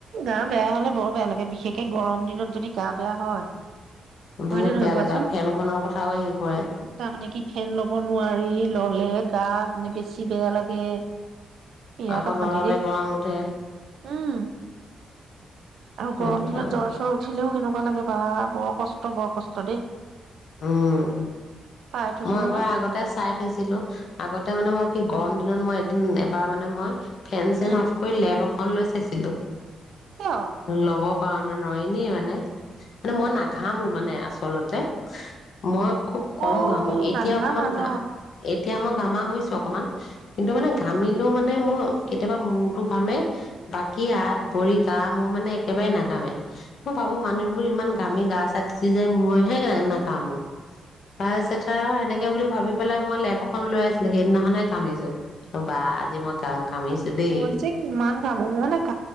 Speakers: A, on the right; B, on the left.
A: গা বেয়া হলে বৰ বেয়া লাগে, বিশেষকে গৰম দিনত যদি গা বেয়া হয় হয়নে
B: বহুত
A: নহয়
B: বেয়া
A: কোৱাচোন?
B: লাগে ফেনখনৰ কথাও আহি পৰে
A: তাৰ মানে কি ফেন ল'ব নোৱাৰি ললে গা বেছি বেয়া লাগে বিৰাট
B: আক
A: অশান্তি
B: নৰৱেগৰম
A: দেই
B: উঠে
A: উম আৰু
B: সেইটো
A: গৰম দিনত
B: কাৰণে
A: জ্বৰ চ্বৰ উঠিলেও কেনেকুৱা লাগে বা বৰ কষ্ট বৰ কষ্ট দেই
B: উম
A: পাই থৈছো
B: মই এবাৰ
A: নহয়
B: আগতে চাই থৈছিলো আগতে মানে মই কি গৰম দিনত মই এদিন এবাৰ মানে মই ফেন চেন
A: এ
B: অফ কৰি লেব খন লৈ চাইছিলোঁ
A: কিয়
B: ল'ব পাৰো ন নোৱাৰি দে মানে, মই নাঘামো মানে আচলতে মই খুব কম
A: অ
B: ঘামো
A: তোৰ
B: এতিয়া
A: নাঘামা
B: অকমান
A: ন
B: ঘা এতিয়া ম ঘামা হৈছো অকমান কিন্তু মানে ঘামিলেও মানে মোৰ কেতিয়াবা মূৰতটো ঘামে বাকী হাত ভৰি গা মোৰ মানে একেবাৰে নাঘামে মই ভাবো মানুহবোৰ ইমান ঘামি গা চা তি এই যে মইহে গা নাই ঘামো তাৰ পিছত আৰু এনেকে বুলি ভাবি পেলাই মই লেপ এখন লৈ আছিলো সেইদিনাখননেহ ঘামিছো বা আজি মই ঘা ঘামিছো দেই
A: মই যে কিমান ঘামো, মোৰ মানে